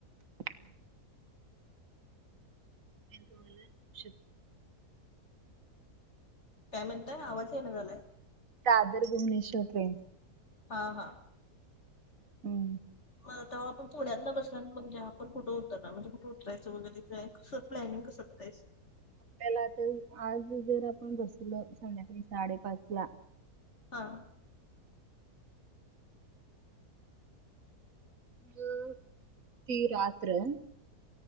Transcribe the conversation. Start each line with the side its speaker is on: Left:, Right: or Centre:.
Right: ट्रेन तुम्हाला शु-
Left: काय म्हणताय? आवाज ये ना झालाय,
Right: दादर भुवनेश्वर ट्रेन,
Left: हां हां.
Right: हम्?
Left: मग आता आपण थोड्यांना बसल्या म्हणजे आपण कुठं उतर म्हणेुठ उतरयच वगरें आहे <unintelligible> स प्लॅनम कसतायस <inaudible>
Right: त्याल्याला तरी आज जर आपण बसलो संध्याकाळी साडेपाच ला,
Left: हां,
Right: हो.. ती रात्र